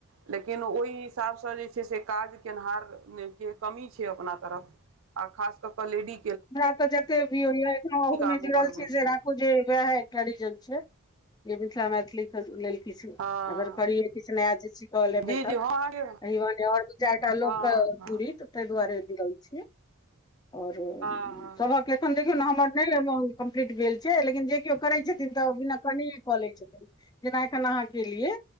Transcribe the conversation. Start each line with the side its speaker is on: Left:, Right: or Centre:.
Right: लेकिन ओहि हिसाब स जे छय से काज केनहार नय के कमी छय अपना तरफ, आ खास कक लेडी
Left: हमरा तऽ जेते भी होय ये, ऐखनो ओहो में
Right: आगू
Left: जुरल
Right: बढ़बै
Left: छी जे
Right: छै
Left: राखु जे उहे एकटा रीजन छय जे, मिथिला मैथिली लेल किछु,
Right: हँ
Left: अगर करिय किछ नया चीज सीख बला
Right: जी
Left: भेटत।
Right: जी हँ अहाँके
Left: अही बहाने और दु -चारि टा लोक
Right: हँ
Left: के
Right: हँ
Left: पूरीत। तहि दुआरे जुरल छीय और
Right: अहां
Left: सभक एखन देखयौ न, हमर नहि कम्प्लीट भेल छै, लेकिन जे केओ करै छथिन तऽ बिना कनिए कऽ लै छथिन। जेना एखन अहाँ केलिय।